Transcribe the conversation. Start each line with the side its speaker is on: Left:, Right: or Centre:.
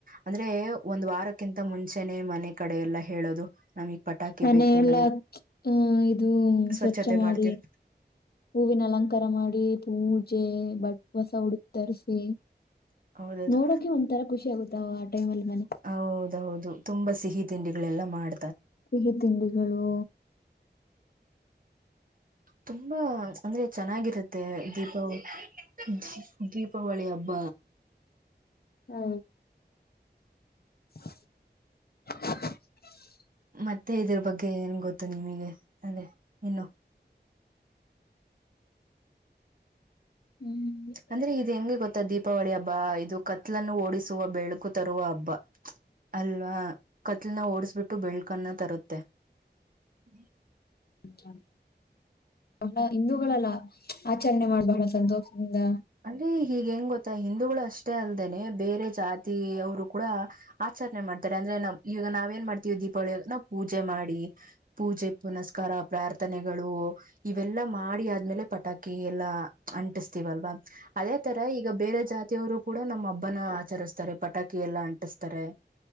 Right: ಅಂದ್ರೆ ಒಂದ್ ವಾರಕ್ಕಿಂತ ಮುಂಚೆನೆ ಮನೆ ಕಡೆ ಎೆಲ್ಲ ಹೇಳೋದು ನಮೀಗ್ ಪಟಾಕಿ
Left: ಮನೆ
Right: ಬೇಕು
Left: ಎಲ್ಲ
Right: ನಮಗ್
Left: ಆ ಇದು
Right: ಸ್ವಚ್ಛತೆ
Left: ಸ್ವಚ್ಛ ಮಾಡಿ
Right: ಮಾಡ್ತೇವಿ
Left: ಹೂವಿನ ಅಲಂಕಾರ ಮಾಡಿ ಪೂಜೆ ಬಟ್ ಹೊಸ ಹುಡುಕ್ ತರಿಸಿ
Right: ಹೌದದು
Left: ನೋಡೋಕೆ ಒಂದಥರ ಖುಷಿ ಆಗುತ್ತ ಅವ ಆ ಟೈಮ್ ಅಲ್ಲಿ ಮನೆ
Right: ಹೌದೌದು ತುಂಬಾ ಸಿಹಿ ತಿಂಡಿಗಳೆಲ್ಲ ಮಾಡ
Left: ಸಿಹಿ ತಿಂಡಿಗಳು
Right: ತುಂಬಾ ಅಂದ್ರೆ ಚೆನ್ನಾಗಿರುತ್ತೆ ದೀಪವು ದ ಹಪ್ಪಾವಳಿ ಹಬ್ಬ
Left: ಹ್ಮ್ <inaudible>
Right: ಮತ್ತೆ ಇದ್ರ ಬಗ್ಗೆ ಏನ್ ಗೊತ್ತು ನಿಮಗೆ ಅದೇ ಇನ್ನು
Left: ಹ್ಮ್
Right: ಅಂದ್ರೆ ಇದು ಹೆಂಗೆ ಗೊತ್ತ ದೀಪಾವಳಿ ಹಬ್ಬ ಇದು ಕತ್ಲನ್ನು ಓಡಿಸುವ ಬೆಳಕು ತರುವ ಹಬ್ಬ ಅಲ್ವಾ ಕತ್ಲನ ಓಡಸ್ಬಿಟ್ಟು ಬೆಳ್ಕನ್ನ ತರುತ್ತೆ ಹಿ
Left: ಹಕ ಬಹಳ ಹಿಂದೂಗಳಲ್ಲ ಆಚರಣೆ ಮಾಡ ಬಹಳ ಸಂತೋಷದಿಂದ
Right: ಅಲ್ ಹಗ್ ಹೆಂಗ್ ಗೊತ್ತಾ ಹಿಂದೂಗಳು ಅಷ್ಟೇ ಅಲ್ದೇನೆ ಬೇರೆ ಜಾತಿ ಅವರು ಕೂಡ ಆಚರಣೆ ಮಾಡ್ತಾರೆ ಅಂದ್ರೆ ನಾವ ಈವಗ ನಾವ್ ಏನ್ ಮಾಡ್ತೀವಿ ದೀಪಾವಳಿ ನಾವ ಪೂಜೆ ಮಾಡಿ ಪೂಜೆ ಪುನಸ್ಕಾರ ಪ್ರಾರ್ಥನೆಗಳು ಇವೆಲ್ಲಾ ಮಾಡಿ ಆದ್ಮೇಲೆ ಪಟಾಕಿ ಎಲ್ಲಾ ಅಂಟಿಸತೀವಲ್ವಾ ಅದೇ ತರ ಈಗ ಬೇರೆ ಜಾತಿಯವರು ಕೂಡ ನಮ್ಮ ಹಬ್ಬನ ಆಚರಿಸ್ತಾರೆ ಪಟಾಕಿ ಎಲ್ಲ ಅಂಟಿಸ್ತಾರೆ